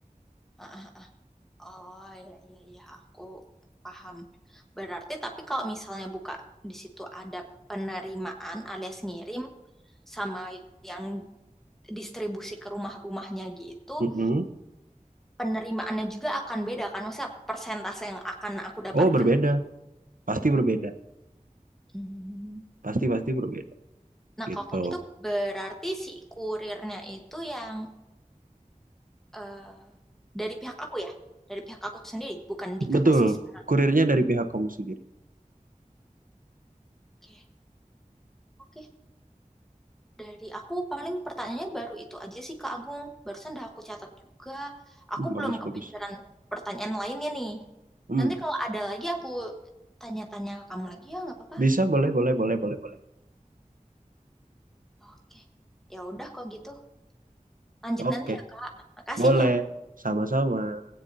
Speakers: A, in the centre; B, on the right.
A: Ah, Oh, ya, ya, ya, aku paham. Berarti, tapi kalau misalnya buka di situ ada penerimaan alias ngirim sama yang distribusi ke rumah-rumahnya gitu,
B: Mm-mm.
A: penerimaannya juga akan beda kan? Maksudnya persentase yang akan aku dapatkan.
B: Oh, berbeda.
A: gitu.
B: Pasti berbeda,
A: Hmm.
B: pasti pasti berbeda
A: Nah,
B: gitu.
A: kalau kayak gitu berarti si kurirnya itu yang eh, dari pihak aku ya, dari pihak aku sendiri, bukan dikasih
B: Betul,
A: sama.
B: kurirnya dari pihak kamu sendiri.
A: Oke, oke, Dari aku paling pertanyaannya baru itu aja sih Kak Agung. Barusan udah aku catat juga. Aku
B: Hmm, bagus
A: belum kepikiran
B: bagus.
A: pertanyaan lainnya nih.
B: Hmm,
A: Nanti kalau ada lagi aku tanya-tanya ke kamu lagi ya nggak apa-apa.
B: bisa boleh boleh boleh boleh boleh.
A: Oke. Ya udah kalau gitu. Lanjut
B: Oke,
A: nanti ya Kak. Makasih
B: boleh.
A: ya.
B: Sama-sama.